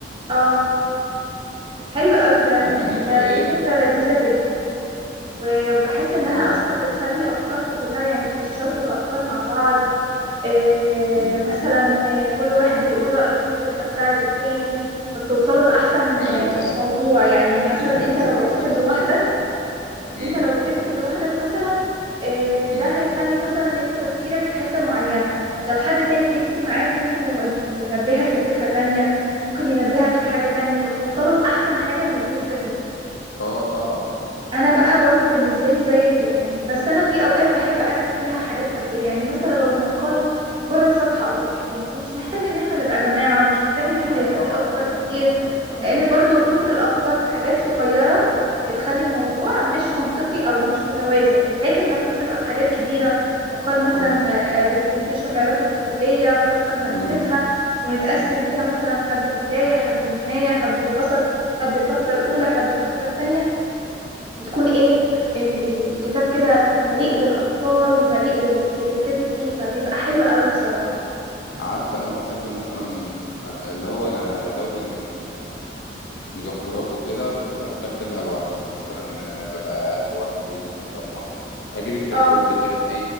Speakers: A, on the right; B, on the left.
A: اه حلو قوي ده
B: فاهماني
A: يعني
B: فايه
A: ده دي فكرة
B: دخل
A: لذيذة جدا و- وبحس انها
B: اه
A: اصلا بتخلي افكاركم كلها يعني بتتشاركوا الافكار مع بعض آه،
B: امم
A: مثلا آه، كل واحد بيقول رأيه في الفكرة بتاعة التاني فبتوصلوا لأحسن
B: ايوه
A: آه،
B: طبعا
A: موضوع يعني مثلا
B: المقابل
A: انت لو بتكتب
B: احسن نتيجه
A: لوحدك
B: امم
A: انت لو بتكتب لوحدك مثلا آه، ده
B: امم
A: هيخلي مثلا انت تفكيرك في حتة معينة لو حد تاني بيكتب معاك ممكن يو- ينبهك لفكرة تانية ممكن ينبهك لحاجة تانية فبتوصلوا لأحسن حاجة من الفكرة دي
B: اه طبعا
A: انا بقى برضو بالنسبه لي زيك كده يعني بس انا في اوقات بحب اكتب فيها حاجات فرديه يعني مثلا لو مقال مجرد صفحه او صفحتين فمش محتاج ان احنا نبقى جماعه ومش محتاج ان احنا
B: لا
A: يبقى
B: طبعا
A: فيه افكار كتير
B: يعني مثلا
A: لان برضو كتر الافكار في حاجات صغيره بتخلي الموضوع مش منطقي او مش متوازن لكن لما بتبقى في حاجات كبيره مقال مثلا
B: اه
A: برزنتيشن له علاقه بالكليه قصه هنكتبها
B: مم.
A: ونتقسم
B: مم.
A: فيها مثلا حد البدايه حد النهايه حد الوسط حد الفقره الاولى حد الفقره الثانيه بيكون ايه ال- الكتاب كده مليء بالافكار ومليء بالكرياتيفيتي فبيبقى حلو قوي بصراحه
B: عارفه انا بحب مثلا اللي هو انا ادون آه، مذكرات وكده بس بحب اكتبها لوحدي مثلا آه، ببقى قاعد لوحدي في الضلمه اجيب الكشكول
A: اه
B: بتاعي